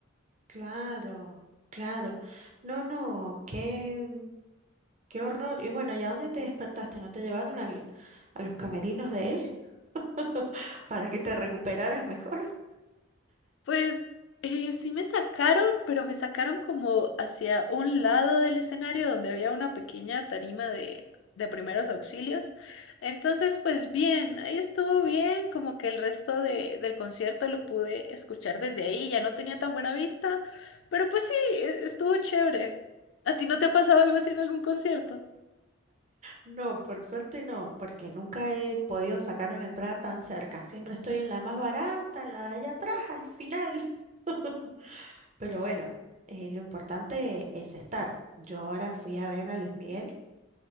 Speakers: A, on the right; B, on the left.
A: Claro, claro. No, no, qué. Qué horror. Y bueno, ¿y a dónde te despertaste? ¿No te llevaron al, a los camerinos de él <laughs> para que te recuperaras mejor? <laughs>
B: Pues eh, sí me sacaron, pero me sacaron como hacia un lado del escenario donde había una pequeña tarima de, de primeros auxilios. Entonces, pues bien, ahí estuvo bien, como que el resto de, del concierto lo pude escuchar desde ahí, ya no tenía tan buena vista, pero pues sí, e- estuvo chévere. ¿A ti no te ha pasado algo así en algún concierto?
A: No, por suerte no, porque nunca he podido sacar una entrada tan cerca. Siempre estoy en la más barata, en la de allá atrás, al final. <laughs> Pero bueno, eh, lo importante es estar. Yo ahora fui a ver a Luis Miguel